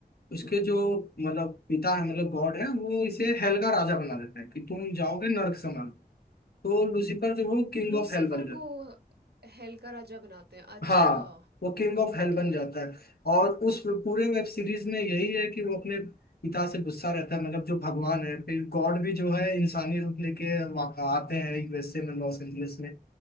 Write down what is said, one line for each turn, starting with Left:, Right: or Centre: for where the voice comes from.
Left: उसके जो मतलब पिता है मतलब गॉड है वो इसे हेल का राजा बना देता है कि तुम जाओगे नर्क समान तो लूसीफर जो है, वो किंग
Right: लूसीफर
Left: ऑफ हेल बन जाता
Right: को
Left: है
Right: हेल का राजा बनाते हैं अच्छा
Left: हाँ वो किंग ऑफ हेल
Right: ओके
Left: बन जाता है और उस पूरे वेब सीरीज में यही है कि वो अपने पिता से गुस्सा रहता है मतलब जो भगवान है फिर गॉड भी जो है इंसानी रूप लेके वाक- आते हैं यूएसए में लॉस एंजलिस में